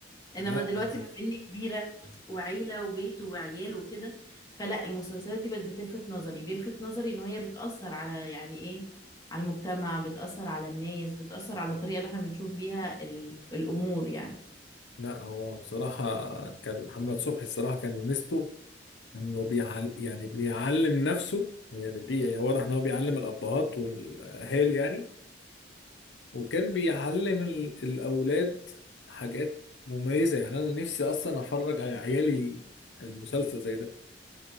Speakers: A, on the left (about 25°); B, on the left (about 80°).
A: انما
B: لا
A: دلوقتي
B: انا كنت
A: بما اني كبيره وعيله وبيت وعيال وكده فلا المسلسلات دي بقت بتلفت نظري بيلفت نظري ان هي بتأثر على يعني ايه على المجتمع بتأثر على الناس بتأثر على الطريقه اللي احنا بنشوف بيها ال- الامور يعني
B: لا هو بصراحة كان محمد صبحي الصراحة كان ميزته انه بيعل يعني بيعلم نفسه يعني بي يعني واضح ان هو بيعلم الابهات والاهالي يعني وكان بيعلم ال- الاولاد حاجات مميزة يعني انا نفسي اصلا افرج على عيالي المسلسل زي ده